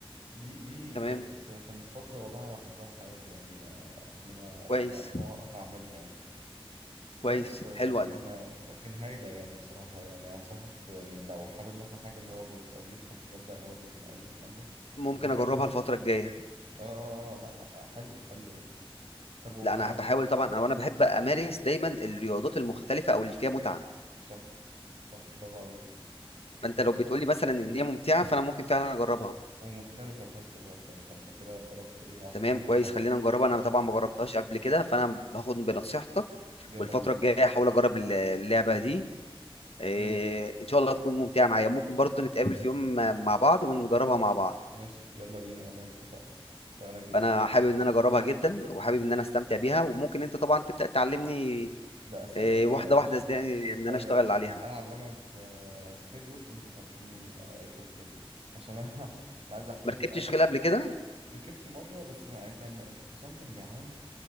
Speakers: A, on the right; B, on the left.
A: دي دي
B: تمام
A: كانت كانت فترة والله بحبها في حياتي يعني آه، قبل ما قبل
B: كويس
A: ما ما أوقف أعملها يعني بس
B: كويس
A: لكن
B: حلوة
A: لكن هايلة يعني بصراحة يعني أنصحك ت- يعني لو حابب مثلا حاجة اللي هو بت أو ليك في الحاجات بقى اللي هو بتناقش والكلام ده
B: ممكن
A: جربه
B: اجربها الفترة الجاية
A: آه آه آه آه، لأ حلو حلو يعني طب وبقى
B: لا انا بحاول طبعا او انا بحب امارس دايما الرياضات المختلفة او اللي فيها متعة
A: صح صح برافو عليك وب-
B: فانت لو بتقول لي مثلا ان هي ممتعة فانا ممكن فعلا اجربها
A: ومختلفة في نفس الوقت يعني فأنت كده ضربت إيه عصفورين
B: تمام كويس
A: في حجر
B: خلينا نجربها انا طبعا ما جربتهاش قبل كده فانا باخد بنصيحتك
A: يلا
B: والفترة
A: بينا
B: الجاية احاول اجرب الل- اللعبة دي إيه،
A: يلا
B: ان شاء الله تكون ممتعه معايا ممكن برضو نتقابل في يوم مع بعض ونجربها مع بعض
A: ماشي يلا بينا والله اتفقنا فأنا جدا
B: فانا حابب ان انا اجربها جدا وحابب ان انا استمتع بيها وممكن انت طبعا تبدا تعلمني
A: ده أساسي
B: إيه،
A: طبعا
B: واحده
A: يا باشا
B: واحده ازاي ان
A: ايوه
B: انا اشتغل عليها
A: انا اعلمك آه، سكيت بورد وانت تعلمني آه، ركوب خيل عشان انا <laughs> انا عايز احكي
B: ما
A: لك
B: ركبتش
A: ان انا رحت
B: خيل قبل كده
A: ركبت مره بس ما كان الحصان كان جعان